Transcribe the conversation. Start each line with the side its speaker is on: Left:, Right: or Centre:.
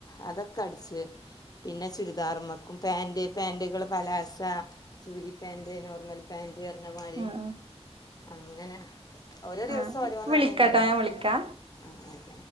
Left: അതൊക്കെ അടിച്ച് പിന്നെ ചുരിദാറ്മ്മക്കും പാൻറ് പാൻറുകൾ പലാസ ചു രി പേൻ്റ്, നോർമൽ പേൻ്റ് പറഞ്ഞ മാരി
Right: ആഹ്
Left: അങ്ങനെ ഓരോ ദിവസം
Right: ആഹ്
Left: ഓരോന്നാണെക്കാരം
Right: വിളിക്കാട്ടോ ഞാൻ വിളിക്കാ
Left: ആഹ്